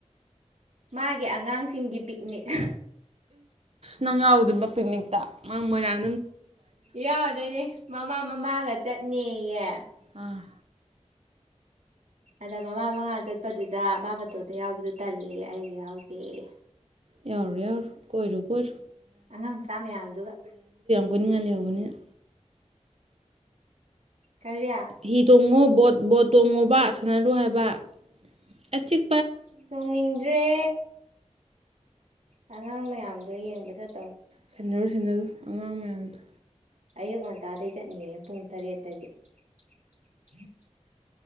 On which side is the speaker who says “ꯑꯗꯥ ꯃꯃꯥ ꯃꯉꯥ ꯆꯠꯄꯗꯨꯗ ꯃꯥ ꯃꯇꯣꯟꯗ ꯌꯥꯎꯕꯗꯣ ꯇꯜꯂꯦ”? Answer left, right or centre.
Right